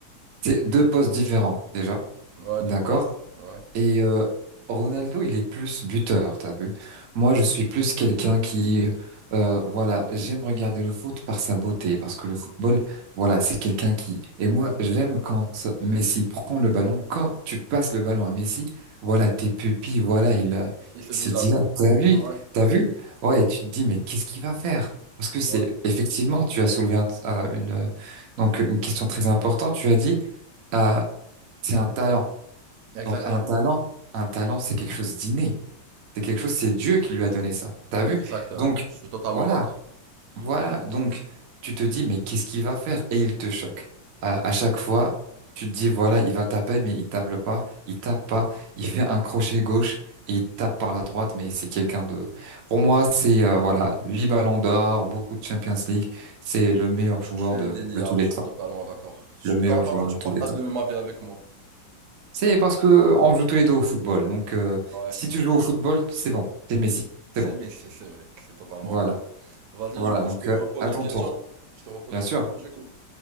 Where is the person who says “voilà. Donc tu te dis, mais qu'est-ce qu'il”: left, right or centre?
Right